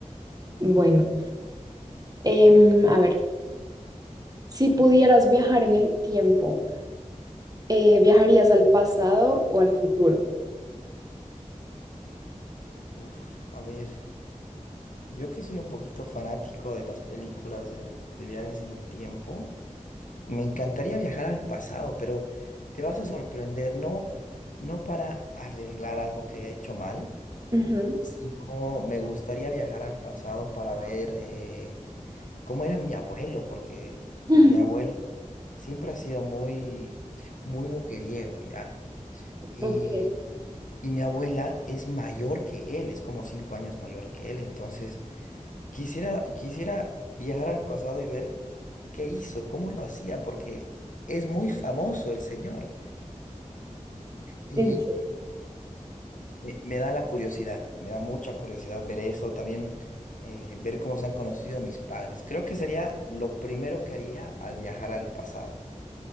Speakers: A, on the right; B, on the left.
A: Bueno, em, a ver, si pudieras viajar en el tiempo, eh, ¿viajarías al pasado o al futuro?
B: Uf, a ver, yo que soy un poquito fanático de las películas del- de viajes en el tiempo. Me encantaría viajar al pasado, pero te vas a sorprender, no, no para arreglar algo que haya hecho mal,
A: Ujú.
B: sino me gustaría viajar al pasado para ver eh, cómo era mi abuelo, porque
A: <laughs>
B: mi abuelo siempre ha sido muy, muy mujeriego, ¿ya? Y,
A: Ok,
B: y mi abuela es mayor que él, es como cinco años mayor que él, entonces quisiera, quisiera viajar al pasado y ver ¿Qué hizo? ¿Cómo lo hacía? Porque es muy famoso el señor y
A: en serio.
B: me, me da la curiosidad, me da mucha curiosidad ver eso, también eh, ver cómo se han conocido mis padres. Creo que sería lo primero que haría al viajar al pasado.